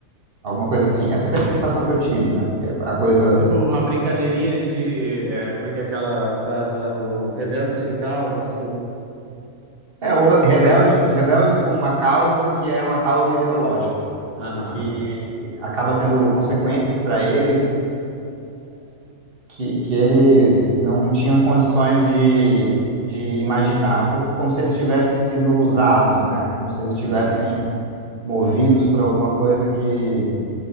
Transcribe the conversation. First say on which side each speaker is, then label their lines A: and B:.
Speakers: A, on the right; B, on the right.
A: Alguma coisa assim. Essa foi a sensação que eu tive, né? Porque a coisa.
B: Tipo, uma brincadeirinha de. é, como é que é aquela frase lá do rebelde sem causa, assim?
A: É, o re- rebelde, rebeldes com uma causa que é uma causa ideológica
B: Aham.
A: e que acaba tendo consequências para eles que, que eles não tinham condições de, de imaginar. É Um pouco como se eles tivessem sido usados, né? Como se eles tivessem
B: Hum,
A: movidos por alguma coisa que